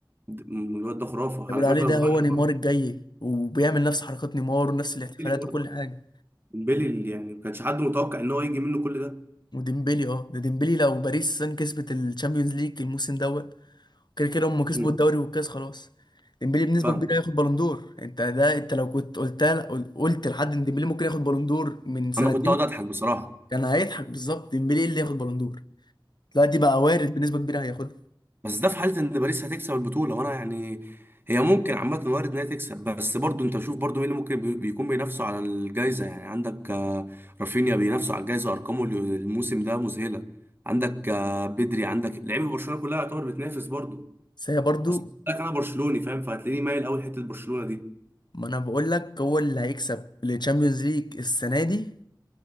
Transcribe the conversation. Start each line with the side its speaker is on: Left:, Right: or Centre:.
Right: الواد ده خرافه
Left: بيقولوا
Right: على فكره
Left: عليه ده
Right: صغير
Left: هو نيمار الجاي وبيعمل نفس حركات نيمار ونفس الاحتفالات
Right: برضه
Left: وكل حاجه
Right: ديمبلي يعني ما كانش حد متوقع ان هو يجي منه كل ده
Left: وديمبلي اه ده ديمبلي لو باريس سان كسبت الشامبيونز ليج الموسم دوت كده كده هم كسبوا
Right: مم.
Left: الدوري والكاس خلاص ديمبلي بنسبه
Right: فاهم
Left: كبيره هياخد بالون دور انت ده انت لو كنت قلتها قل- قلت لحد ان ديمبلي ممكن ياخد بالون دور من سنتين
Right: انا كنت اقعد اضحك بصراحه
Left: كان هيضحك بالظبط ديمبلي اللي ياخد بالون دور دلوقتي بقى وارد بنسبه كبيره هياخدها
Right: بس ده في حاله ان باريس هتكسب البطوله وانا يعني هي ممكن عامه وارد انها تكسب بس برضو انت شوف برضو مين اللي ممكن بي- بيكون بينافسوا على الجائزه يعني عندك آه، رافينيا بينافسوا على الجائزه ارقامه ال- الموسم ده مذهله عندك آه، بدري عندك لعيبه برشلونه كلها يعتبر بتنافس برضو
Left: بس هي برضو
Right: بس لك انا برشلوني فاهم فهتلاقيني مايل قوي حته برشلونه دي
Left: ما انا بقول لك هو اللي هيكسب الشامبيونز ليج السنه دي